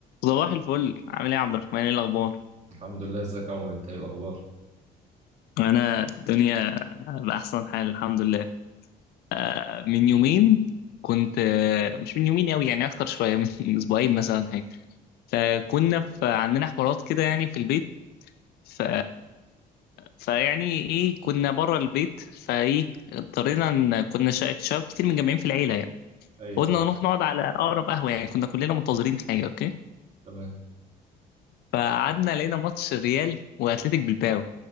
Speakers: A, on the left (about 70°); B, on the right (about 40°).
A: صباح الفل عامل ايه يا عبد الرحمن ايه الاخبار
B: الحمد لله ازيك يا عمر انت ايه الاخبار
A: انا الدنيا باحسن حال الحمد لله آه، من يومين كنت آه، مش من يومين قوي يعني اكتر شويه من <laughs> من اسبوعين مثلا حاجه فكنا في عندنا حوارات كده يعني في البيت ف فيعني ايه كنا بره البيت فايه اضطرينا ان كنا شا- شباب كتير متجمعين في العيله يعني
B: ايوه
A: قلنا
B: اه
A: نروح نقعد على اقرب قهوه يعني كنا كلنا منتظرين حاجه اوكي
B: تمام
A: فقعدنا لقينا ماتش الريال واتلتيك بالباو